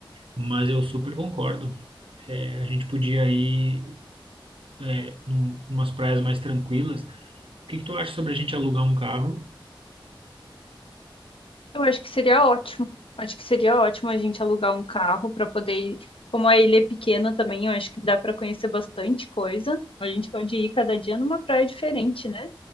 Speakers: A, on the right; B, on the left.
A: mas eu super concordo. É, a gente podia ir é, num, umas praias mais tranquilas. O que que tu acha sobre a gente alugar um carro?
B: Eu acho que seria ótimo. Acho que seria ótimo a gente alugar um carro pra poder ir. Como a ilha é pequena também, eu acho que dá pra conhecer bastante coisa. A gente pode ir cada dia numa praia diferente, né?